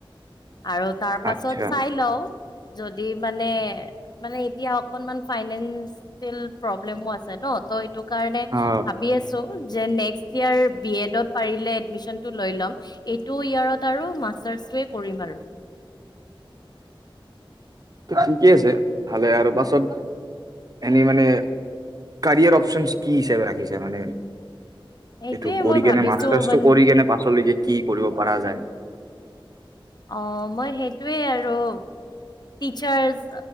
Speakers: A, on the left (about 50°); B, on the right (about 45°).
A: আৰু তাৰ পাছত
B: আচ্ছা
A: চাই লও। যদি মানে মানে এতিয়া অকনমান ফাইনেন্সিয়েল প্ৰব্লেমো আছে ন ত এইটো কাৰণে
B: অ',
A: ভাবি আছো। যে নেক্স ইয়াৰ বি এডত পাৰিলে এডমিচনটো লৈ ল'ম এইটো ইয়ৰত আৰু চাৰ্চে কৰিম আৰু।
B: ত ঠিকে আছে ভালে আৰু বাছত এনেই মানে কাৰিয়াৰ অপচনচ কি হিচাপ ৰাখিছে মানে।
A: সেইটোয়ে
B: এইটো কৰি
A: মই ভাবিছো
B: কেনে মাট্ৰাচ
A: মান
B: তো কৰি কেনে পাচল কি কি কৰিব পাৰা যায়।
A: অ, মই সেইটোৱে আৰু টিচাৰচ